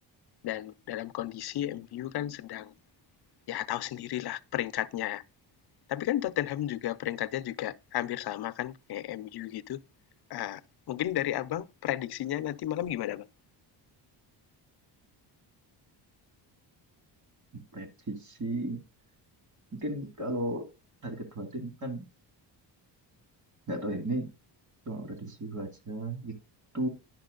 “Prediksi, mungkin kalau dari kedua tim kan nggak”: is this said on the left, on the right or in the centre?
Right